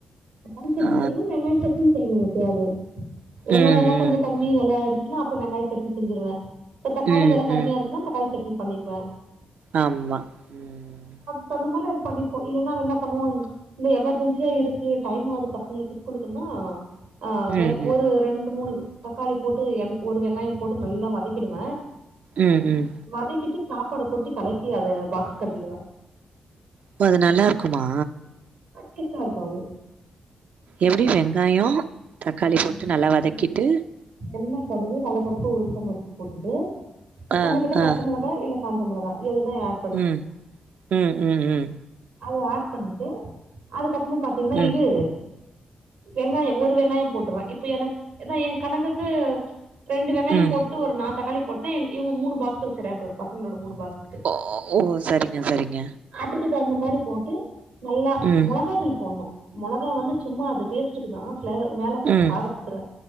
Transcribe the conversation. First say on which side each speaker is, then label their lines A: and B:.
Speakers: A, on the right; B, on the right.
A: தக்காளி சட்னி
B: ஆ
A: செய்வோ வெங்காய சட்னி செய்வோ எப்பயாது வெங்காய
B: ம்
A: எல்லா கொஞ்ச
B: ம்.
A: கம்மி வெல ஆயிடுச்சுன்னா அப்ப வெங்காய சட்னி செஞ்சிருவே இப்ப தக்காளி
B: ம்
A: வெல கம்மியா
B: ம்
A: இருக்குன்னா தக்காளி சட்னி பண்ணிக்குவே
B: ஆமா ம்
A: இப்ப அந்த மாதிரி அது பண்ணிப்போ இல்லைன்னா அவ என்ன பண்ணுவோ இந்த எமர்ஜென்சியா இருக்கு டைம் ஆகுது பசங்களுக்கு ஸ்கூலுக்குன்னா ஆ வெ
B: ம் ம்
A: ஒரு ரெண்டு மூணு தக்காளி போட்டு எண் ஒரு வெங்காய போட்டு நல்லா வதக்கிடுவே
B: ம் ம்
A: வதக்கிட்டு சாப்பாட கொட்டி கலக்கி அத பாக்ஸ் கட்டிடுவே
B: ஓ அது நல்லா இருக்குமா
A: டேஸ்டா இருக்கு அது
B: எப்டி வெங்காய தக்காளி போட்டு
A: எண்ணெ
B: நல்லா வதக்கிட்டு
A: கடுகு எண்ணெ கடுகு கள்ளப்பருப்பு உளுந்தம்பருப்பு போட்டுட்டு
B: ஆ
A: நம்ம கிட்ட
B: ஆ
A: பச்ச மொளகா இல்ல காஞ்ச மொளக எதுனா அட்
B: ம் ம் ம் ம்
A: அத ஆட் பண்ணிட்டு அதுக்கப்புறமா பாத்தீங்கன்னா
B: ம்
A: இது வெங்காய ஒரு வெங்காய போட்டுருவ இப்ப எனக்கு ஏ கணக்குக்கு ரெண்டு வெங்காய
B: ம்
A: போட்டு ஒரு நாளு தக்காளி போட்டா எ இவுங்க மூணு பாக்ஸுக் சரியா போய்ரு பசங்களோட மூணு பாக்ஸுக்கு
B: ஓ ஓ சரிங்க சரிங்க
A: அதுக்கு தகுந்த மாரி போட்டு நல்லா
B: ம்
A: மொளகாதூள் போட்னு மொளகா வந்து சும்மா அது டேஸ்ட்டுக்கு தா ஃபிளாவர் மேல
B: ம்
A: பாகதுக்கு தா